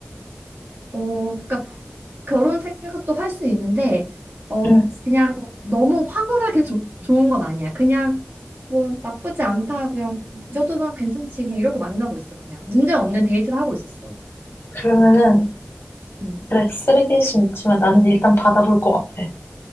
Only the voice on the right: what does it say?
어, 그러니까 결혼 생각도 할 수는 있는데, 어,
그냥 너무 황홀하게 좋- 좋은 건 아니야. 그냥 뭐 나쁘지 않다, 그냥 이 정도면 괜찮지, 그냥 이러고 만나고 있어, 그냥. 문제 없는 데이트를 하고 있었어.
음.